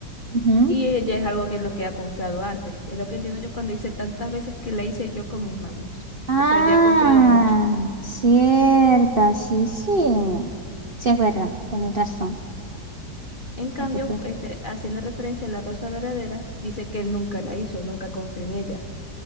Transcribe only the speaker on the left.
Y ella es algo que es lo que ha confiado antes. Es lo que entiendo yo cuando dice tantas veces que la hice yo con mis manos.
O sea, ya ha confiado mucho.
En cambio,
este, haciendo referencia a la rosa verdadera, dice que él nunca la hizo, nunca confió en ella.